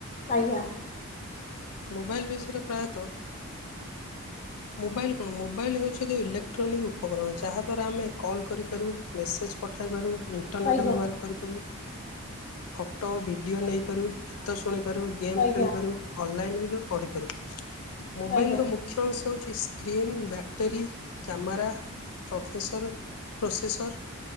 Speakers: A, on the left; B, on the left.
A: ଆଜ୍ଞା।
B: ମୋବାଇଲ୍ ବିଷୟରେ ପ୍ରାୟତଃ ମୋବାଇଲ୍ କଣ ମୋବାଇଲ୍ ହେଉଛି ଏକ ଇଲେକ୍ଟ୍ରୋନିକ୍ ଉପକରଣ ଯାହା ଦ୍ଵାରା ଆମେ କଲ୍ କରିପାରୁ ମେସେଜ୍ ପଠାଇ ପାରୁ ଇଣ୍ଟରନେଟ୍
A: ଆଜ୍ଞା
B: ବ୍ୟବହାର କରିପାରୁ ଫଟୋ ଭିଡ଼ିଓ ନେଇପାରୁ ଗୀତ ଶୁଣିପାରୁ ଗେମ୍
A: ଆଜ୍ଞା
B: ଖେଳିପାରୁ ଅନ୍ ଲାଇନ୍ ରେ ପଢିପାରୁ ମୋବାଇଲ୍
A: ଆଜ୍ଞା
B: ର ମୁ ଖ୍ୟ ଅଂଶ ହଉଛି screen battery camera professor processor